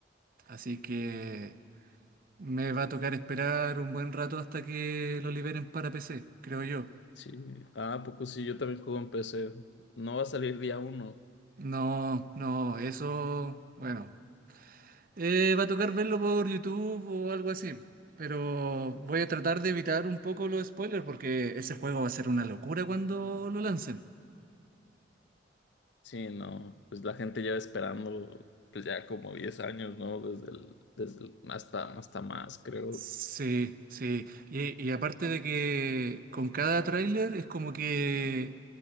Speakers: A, on the right (about 50°); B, on the left (about 70°).
A: así que me va a tocar esperar un buen rato hasta que lo liberen para PC, creo yo.
B: Sí. Ah, ¿a poco sí, yo también juego en PC. No va a salir día uno.
A: No, no, eso, bueno. Eh, va a tocar verlo por YouTube o algo así. Pero voy a tratar de evitar un poco los spoilers porque ese juego va a ser una locura cuando lo lancen.
B: Sí, no. Pues la gente lleva esperando, pues ya como 10 años, ¿no? Desde el, desde el- hasta, hasta más, creo.
A: Sí, sí. Y, y aparte de que con cada tráiler es como que